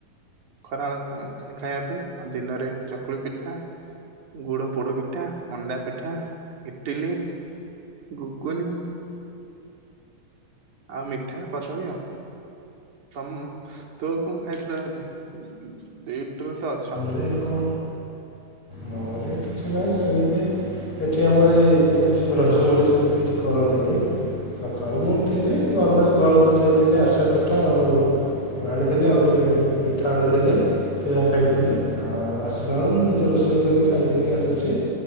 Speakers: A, on the right; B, on the left.
A: ଖରାବେଳେ ପାଇଁ ଖାଇବା ପାଇଁ। ଆଉ ଦିନରେ ଚକୁଳି ପିଠା। ଗୁଡ ପୋଡ ପିଠା, ମଣ୍ଡା ପିଠା, ଇଟିଲି, ଗୁଗୁନି। ଆଉ ମିଠା କଦଳୀ ଆଉ। ତମ ତୋ କଣ ଖାଇଥିଲୁ ଆଜି? ଉଁ ଡିଉଟିରେ ତ ଅଛ।
B: ଦେଖୋ। ମୋରି କିଛି ନାହିଁ ସେମିତି। ଏଠି ଆମର ଏହି ତ କିଛି ବ୍ରଜ ବୋଲି ସେମିତି କିଛି କରନ୍ତିନି। ସକାଳୁ ମୁଁ ଉଠିଲି ନର୍ମାଲି ଘରେ ତ ଯାଇଥିଲି ଆରସା ପିଠା ଆଉ। ଆଣିଥିଲି ଆଉ ଗୋଟେ ପିଠା ଆଣିଥିଲି। କ୍ଷୀର ଖାଇଥିଲି ଆଉ ଆସିଲା ବେଳେ ମୁଁ ନିଜେ ରୋଷେଇ କରି ଖାଇ ଦେଇକି ଆସିଛି।